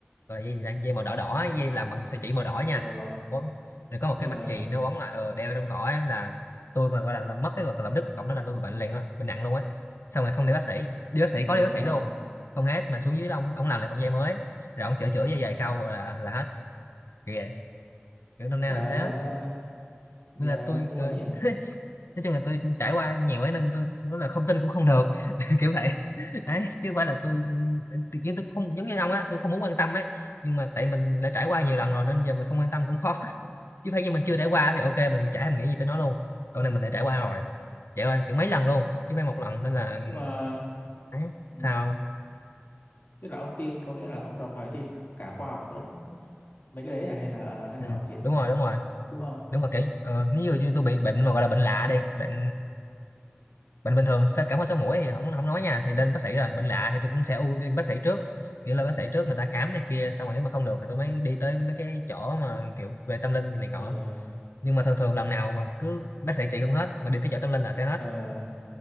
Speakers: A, on the left; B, on the left.
A: rồi dây gì đây dây màu đỏ đỏ
B: ừ,
A: dây làm bằng sợi chỉ màu đỏ
B: gì
A: nha
B: mà đó đó
A: quấn rồi có một
B: ờ
A: cái mặt chì nó quấn lại ờ, đeo trong cổ á là tôi mà gọi là làm mất cái hoặc là làm đứt cộng đó là tôi bị bệnh liền á bệnh nặng luôn á xong rồi không đi bác sĩ đi bác sĩ
B: thì
A: có đi bác
B: ghê
A: sĩ
B: vậy
A: luôn không hết mà xuống dưới đó, ông ông làm lại cọng dây mới rồi ông chữa chữa dây dài câu là là hết kiểu vậy kiểu năm nay
B: trời
A: là
B: ơi
A: thế á.
B: sao nó nghe
A: nên là tôi
B: cũng
A: ờ,
B: ấy nhỉ
A: nói chung là tôi trải qua nhiều ấy nên tôi nói là không tin cũng không được <laughs> kiểu vậy đấy chứ không phải là tôi nhưng tôi không giống như ông á tôi không muốn quan tâm ấy nhưng mà tại mình đã trải qua nhiều lần rồi nên giờ mình không quan tâm cũng khó <laughs> chứ phải như mình chưa trải qua thì ok mình chả thèm nghĩ gì tới nó luôn còn này mình đã trải qua rồi trải qua kiểu mấy lần luôn chứ không phải một lần nên là
B: nhưng mà
A: đấy,
B: ừm,
A: sao
B: tức là ông tin có nghĩa là ông đồng thời tin cả khoa học lẫn mấy cái đấy à hay là hay
A: ừ.
B: là ông chỉ
A: đúng rồi đúng rồi
B: đúng không
A: đúng rồi kiểu ờ, nếu như như tôi bị bệnh mà gọi là bệnh lạ đi bệnh bệnh bình thường sao cảm ho sổ mũi thì không không nói nha thì lên bác sĩ rồi bệnh lạ thì tôi cũng sẽ ưu tiên bác sĩ trước kiểu lên bác sĩ trước người ta khám này kia xong rồi nếu mà không được thì tôi mới đi tới mấy cái chỗ mà kiểu về tâm linh như này cọ
B: ờ ờ
A: nhưng mà thường thường lần nào mà cứ bác sĩ trị không hết mà đi tới chỗ tâm linh là sẽ hết
B: ờ.